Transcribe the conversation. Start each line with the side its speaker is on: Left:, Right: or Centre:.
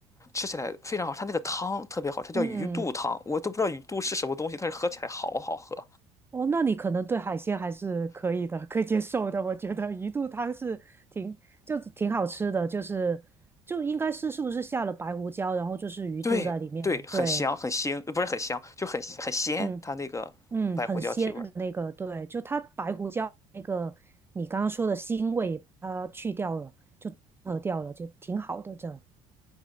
Left: 吃起来非常好，它那个汤特别好，它叫鱼肚汤，
Right: 嗯，
Left: 我都不知道鱼肚是什么东西，但是喝起来好好喝。
Right: 哦，那你可能对海鲜还是可以的，可以接受的。我觉得鱼肚汤是挺就挺好吃的，就是就应该是是不是下了白胡椒，然后就是鱼肚在里面。
Left: 对对，很香，
Right: 对，
Left: 很腥，呃不是很香，就很很鲜，
Right: 嗯。
Left: 它那个白胡椒提味儿。
Right: 嗯，很鲜的那个，对，就它白胡椒那个你刚刚说的腥味它去掉了，就合掉了，就挺好的这，